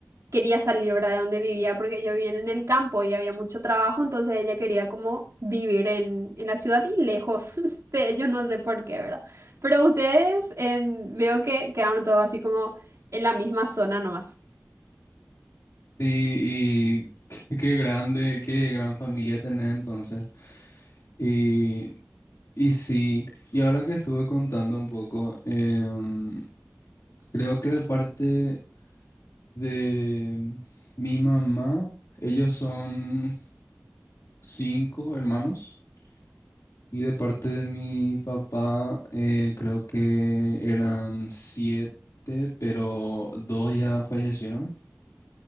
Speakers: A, on the right (about 75°); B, on the left (about 85°).
A: quería salir, ¿verdad? De donde vivía, porque yo vivía en el campo y había mucho trabajo, entonces ella quería como vivir en, en la ciudad y lejos <laughs> de ellos, no sé por qué, ¿verdad? Pero ustedes en- veo que quedaron todos así como en la misma zona nomás.
B: Y, y <laughs> qué grande, qué gran familia tenés entonces. y Y sí, y ahora que estuve contando un poco, em, creo que de parte de mi mamá, ellos son cinco hermanos, y de parte de mi papá, eh, creo que eran siete, pero dos ya fallecieron.